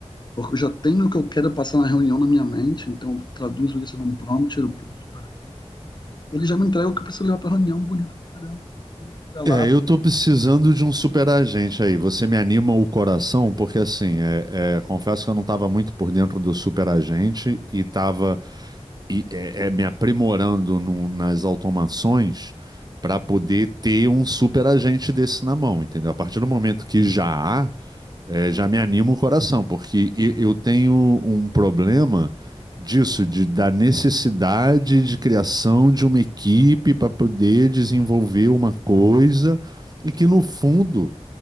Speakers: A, on the left; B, on the right.
A: Porque eu já tenho o que eu quero passar na reunião na minha mente, então eu traduzo isso num prompt, eu penso para a gente. Ele já me entrega o que eu preciso levar para a reunião, bonito pra caramba. Preciso chegar lá.
B: É, eu tô precisando de um super agente aí. Você me anima o coração, porque assim, é, é, confesso que eu não estava muito por dentro do super agente e tava e, é, é, me aprimorando no- nas automações para poder ter um super agente desse na mão, entendeu? A partir do momento que já há, é, já me anima o coração, porque e- eu tenho um problema disso, de, da necessidade de criação de uma equipe para poder desenvolver uma coisa e que, no fundo,